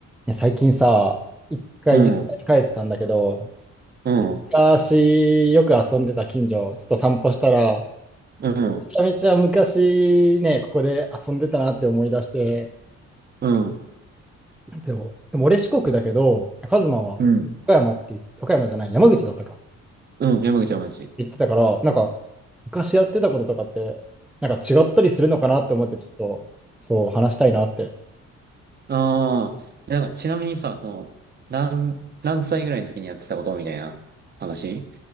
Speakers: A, in the centre; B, on the right.
A: や最近さ、一回実家に帰ってたんだけど、
B: うん、うん、
A: 昔よく遊んでた近所、ちょっと散歩したら、
B: うん、
A: めちゃめちゃ昔ね、ここで遊んでたなって思い出して、
B: うん、
A: でも、でも俺四国だけど、カズマは岡山って言っ、
B: うん、
A: 岡山じゃない、山口だったか、
B: うん山口はマジ
A: 言ってたから、なんか昔やってたこととかって、なんか違ったりするのかなって思って、ちょっとそう話したいなって。
B: ああ、なんか、ちなみにさ、この、何、何歳ぐらいの時にやってたことみたいな話